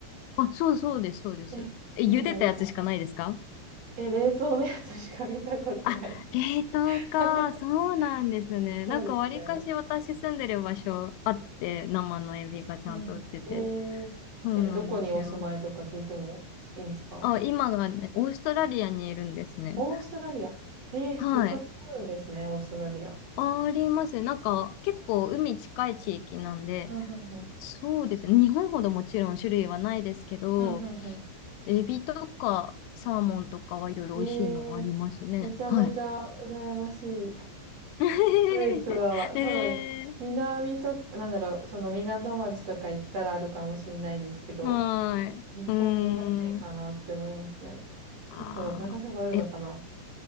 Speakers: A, on the left; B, on the right.
A: あ、そうそうです、そうです。
B: え、
A: え、
B: いいな、
A: 茹でたやつしかないですか
B: いいな。え、冷凍のやつしか見たことない。
A: あ、冷凍か。
B: <laughs>
A: そうなんですね。
B: そうですね。
A: なんかわりかし私住んでる場所あって、生のエビがちゃんと売ってて。
B: うんうん。えええ、
A: そうなんですよ。
B: どこにお住まいとか聞いてもいいんですか
A: あ、今がね、オーストラリアにいるんですね。
B: オーストラリア。えー魚介あるんですね、
A: はい。
B: オーストラリア。
A: ありますね。なんか結構海近い地域なんで、
B: うんうんうん。
A: そうですね。日本ほどもちろん種類はないですけど、
B: うんうんうん。
A: エビとかサーモンとかはいろいろ美味しいのありますね。
B: えーめちゃめちゃ羨ましい。
A: はい。<laughs>
B: ドイツは多分、
A: で、
B: 南と、なんだろう、その港町とか行ったらあるかもしれないんですけど、
A: はい。
B: 日本ないかなって思いますね。
A: うーん。あーえ、
B: どうだろう、探せばあるのかな